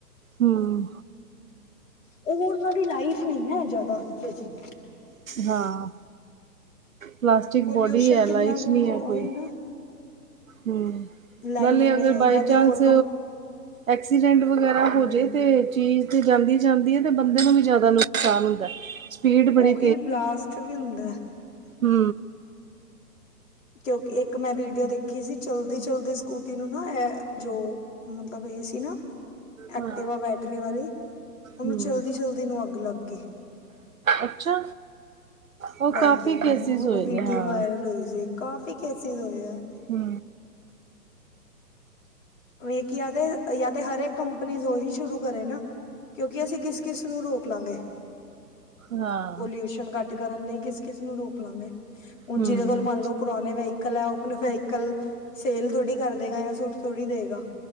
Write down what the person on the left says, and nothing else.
ਉਹ ਉਹਨਾਂ ਦੀ ਲਾਈਫ ਨਹੀਂ ਨਾਂ ਜ਼ਿਆਦਾ ਬੇ ਸੀ ਕਲੀ
ਪੋਲਿਊਸ਼ਨ
ਕਿੰਨਾ
ਕੁ
ਉਹੀ
ਨਾ
ਲਾਈਫ
ਨੀ
ਹੈ
ਜਾਂ
ਤੇ ਹੋਰ ਕੰਮ
ਹਮ
ਉਹੀ ਬਲਾਸਟ ਵੀ ਹੁੰਦਾ।
ਕਿਉਂਕਿ ਇੱਕ ਮੈਂ ਵੀਡੀਓ ਦੇਖੀ ਸੀ, ਚਲਦੀ-ਚਲਦੀ ਸਕੂਟੀ ਨੂੰ ਨਾ ਇਹ ਜੋ ਮਤਲਬ ਇਹ ਨਾ ਐਕਟਿਵਾ
ਆ ਬੈਟਰੀ ਵਾਲੀ, ਉਹਨੂੰ
ਚਲਦੀ ਚਲਦੀ ਨੂੰ ਅੱਗ ਲੱਗ ਗਈ।
ਬੈਟਰੀ
ਨੂੰ
ਵੀਡੀਓ
ਵਾਇਰਲ ਹੋਈ ਸੀ, ਕਾਫੀ ਕੇਸਿਸ ਹੋਏ ਆ।
ਵੀੇ ਕਿ ਜਾ ਤੇ ਜਾ ਤੇ ਹਰੇਕ ਕੰਪਨੀ ਉਹੀ ਸ਼ੁਰੂ ਕਰੇ ਨਾ। ਕਿਉਂਕਿ ਅਸੀਂ ਕਿਸ ਕਿਸ ਨੂੰ ਰੋਕ ਲਾਂਗੇ।
ਪੋਲਿਊਸ਼ਨ ਘੱਟ ਕਰਨ ਲਈ ਕਿਸ-ਕਿਸ ਨੂੰ ਰੋਕ ਲਾਂਗੇ ਹੁਣ
ਜਿਹਦੇ ਕੋਲ ਮੰਨ ਲਓ, ਪੁਰਾਣੇ ਵਹੀਕਲ ਹੈ, ਓਪਨ ਵਹੀਕਲ ਸੇਲ ਥੋੜ੍ਹੀ ਕਰ ਦੇਗਾ, ਜਾਂ ਸੁੱਟ ਥੋੜੀ ਦੇਗਾ,